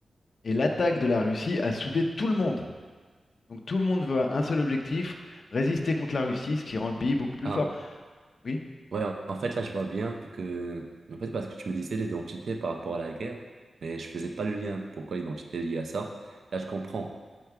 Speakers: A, on the left (about 55°); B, on the right (about 65°).
A: et l'attaque de la Russie a soudé tout le monde. Donc tout le monde veut un seul objectif, résister contre la Russie, ce qui rend le pays beaucoup plus
B: Ah,
A: fort. Oui,
B: ouais, en en fait là je vois bien que, en fait parce que tu me disais l'identité par rapport à la guerre, mais je faisais pas le lien, pourquoi l'identité est liée à ça, là je comprends.